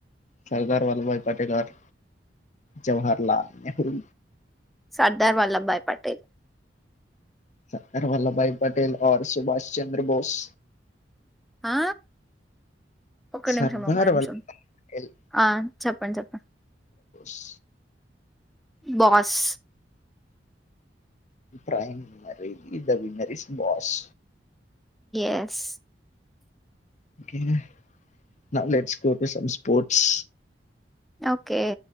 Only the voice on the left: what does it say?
Sardar Vallabhbhai Patel or Jawaharlal Nehru
Sardar Vallabhbhai Patel or Subhash Chandra Bose
సర్దార్
వల్లభాయ్ పటేల్
స్
primary the winner is boss
ఓకేగా knowledge score some sports